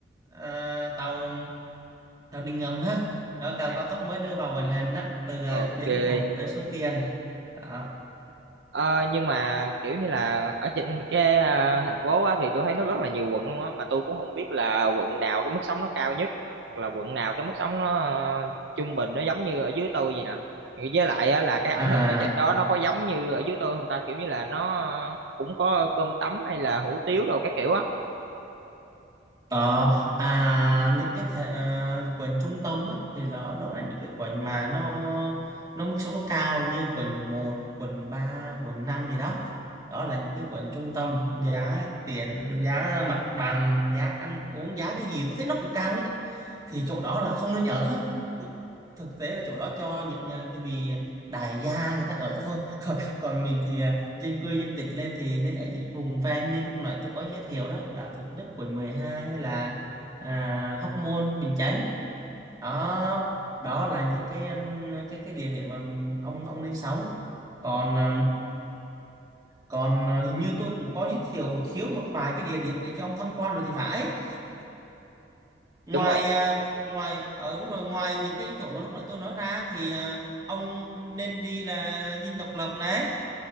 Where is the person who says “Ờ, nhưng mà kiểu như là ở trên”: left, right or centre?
Right